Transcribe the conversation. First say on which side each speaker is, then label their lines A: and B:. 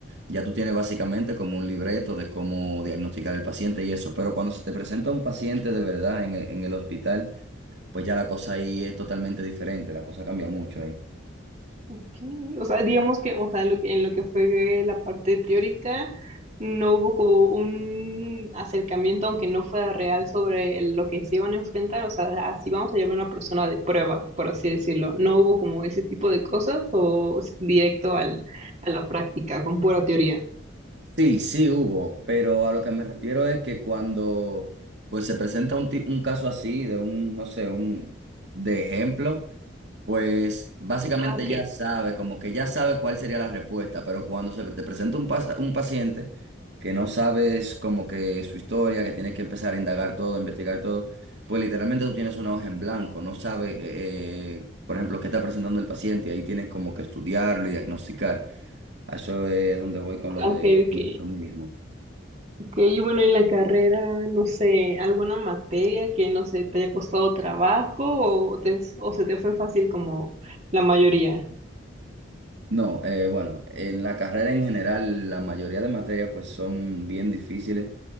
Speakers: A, on the right (about 65°); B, on the right (about 35°).
A: Ya tú tienes básicamente como un libreto de cómo diagnosticar el paciente y eso, pero cuando se te presenta un paciente de verdad en, e- en el hospital, pues ya la cosa ahí es totalmente diferente, la cosa cambia mucho ahí.
B: Ok, O sea, digamos que, o sea, en lo que, en lo que fue la parte teórica, no hubo como un acercamiento, aunque no fuera real, sobre el- lo que se iban a enfrentar. O sea, así vamos a llamar a una persona de prueba, por así decirlo. No hubo como ese tipo de cosas o s- directo al, a la práctica, con pura teoría.
A: Sí, sí hubo, pero a lo que me refiero es que cuando pues se presenta un, ti- un caso así, de un, no sé, un, de ejemplo. Pues básicamente
B: Ah, ok,
A: ya sabe, como que ya sabe cuál sería la respuesta, pero cuando se te presenta un, pas- un paciente que no sabes como que su historia, que tienes que empezar a indagar todo, a investigar todo, pues literalmente tú tienes una hoja en blanco, no sabes, eh, eh, por ejemplo, qué está presentando el paciente, y ahí tienes como que estudiarlo y diagnosticar. A Eso es donde voy con lo
B: ah,
A: de
B: ok,
A: que
B: ok.
A: no es lo mismo.
B: Ok, y bueno, en la carrera, no sé, alguna materia que, no sé, te haya costado trabajo o, te, o se te fue fácil como la mayoría.
A: No, eh, bueno, en la carrera en general la mayoría de materias pues son bien difíciles.